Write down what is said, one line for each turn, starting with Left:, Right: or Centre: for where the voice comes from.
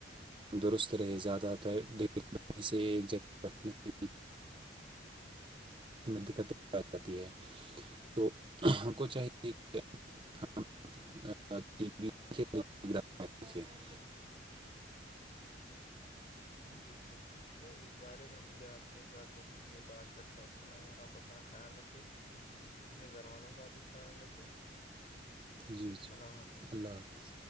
Right: درست رہے زیادہ تر ڈری سے ایک جگہ بیٹھنے کے دقتیں آ جاتی ہے تو ہم کو چاہیے کہ ہم ٹی وی دیکھیں مقدار میں دیکھیں.
Left: جی بالکل چلو اس بارے میں مجھے آپ کے ساتھ جو ہے کہ بات کر کے اچھا لگا آپ اپنا خیال رکھ اپنے گھر والوں کا بھی خیال رکھے
Right: جی جی
Left: اللہ حافظ
Right: اللہ حافظ